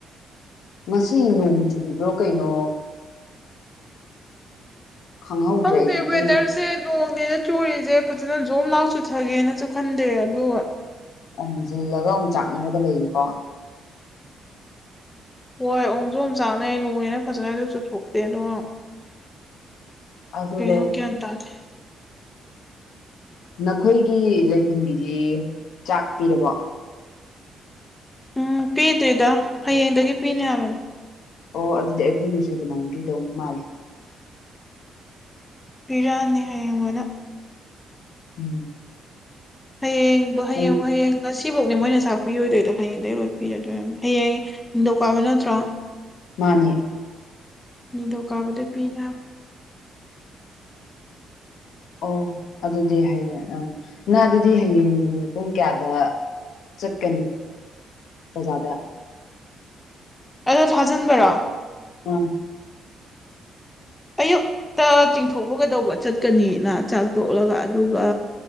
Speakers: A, on the left (about 75°); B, on the left (about 15°).
A: ꯉꯁꯤ ꯅꯣꯡ ꯆꯨꯕ꯭ꯔꯣ ꯀꯩꯅꯣ ꯈꯪꯍꯧꯗ꯭ꯔꯦ
B: ꯈꯪꯗꯦ
A: ꯑꯩꯗꯤ
B: ꯋꯦꯗꯔꯁꯦ
A: ꯇ
B: ꯅꯣꯡꯅꯦꯅ ꯆꯨꯔꯤꯁꯦ ꯐꯖꯅ ꯖꯣꯝ ꯂꯅꯥꯥꯛ ꯆꯨꯊꯒꯦꯅꯁꯨ ꯈꯟꯗꯦ ꯑꯗꯨꯒ
A: ꯑꯃꯨꯛ ꯁꯤꯜꯂꯒ ꯑꯃꯨꯛ ꯆꯥꯛꯅꯔꯒ ꯂꯩꯌꯦꯀꯣ
B: ꯍꯣꯏ ꯑꯣꯝꯁꯨ ꯑꯝ ꯆꯅꯩ ꯅꯣꯡꯉꯦꯅ ꯐꯖꯅꯁꯨ ꯆꯨꯊꯣꯛꯇꯦ ꯑꯗꯨ
A: ꯑꯗꯨꯅꯦ
B: ꯀꯩꯅꯣ ꯀꯌꯥ ꯑꯟꯇꯥꯔꯗꯦ
A: ꯅꯈꯣꯏꯒꯤ ꯂꯩꯐꯝꯒꯤꯗꯤ ꯆꯥꯛ ꯄꯤꯔꯕꯣ
B: ꯎꯝ ꯄꯤꯗꯣꯏꯗ ꯍꯌꯦꯡꯗꯒꯤ ꯄꯤꯅꯦ ꯍꯥꯏꯕꯅꯤ
A: ꯑꯣ ꯑꯗꯨꯗꯤ ꯑꯩꯈꯣꯏꯒꯤꯁꯨ ꯑꯗꯨꯃꯥꯏꯅ ꯄꯤꯗꯧ ꯃꯥꯜꯂꯤꯦ
B: ꯄꯤꯔꯛꯑꯅꯤ ꯑꯩꯌꯦꯡꯉꯣꯟꯗ
A: ꯎꯝ
B: ꯍꯌꯦꯡ ꯍꯌꯦꯡ
A: ꯎꯝ
B: ꯋꯥ ꯍꯌꯦꯡ ꯉꯁꯤꯐꯧꯅꯦ ꯃꯣꯏꯅ ꯆꯥꯛ ꯄꯤꯔꯣꯏꯗꯣꯏꯗꯣ ꯍꯌꯦꯡꯗꯒꯤꯩ ꯂꯣꯏ ꯄꯤꯔꯗꯣꯏꯔꯕ ꯍꯌꯦꯡ ꯍꯤꯡꯗꯧꯀꯥꯕ ꯅꯠꯇ꯭ꯔꯣ
A: ꯃꯥꯅꯦ
B: ꯗꯨꯛꯅꯗ ꯄꯤꯅ
A: ꯑꯣ ꯑꯗꯨꯗꯤ ꯍꯌꯦꯡ ꯑꯥ ꯅꯪ ꯑꯗꯨꯗꯤ ꯍꯌꯦꯡ ꯄꯨꯡ ꯀꯌꯥꯗ ꯆꯠꯀꯅꯤ ꯑꯣꯖꯥꯗ
B: ꯑꯗꯣ ꯊꯥꯖꯤꯟꯕꯔꯣ
A: ꯑ
B: ꯑꯌꯨꯛꯇ ꯆꯤꯡꯊꯣꯛꯄꯒꯗꯧꯕ ꯆꯠꯀꯅꯤꯅ ꯆꯥꯛ ꯇꯣꯛꯂꯒ ꯑꯗꯨꯒ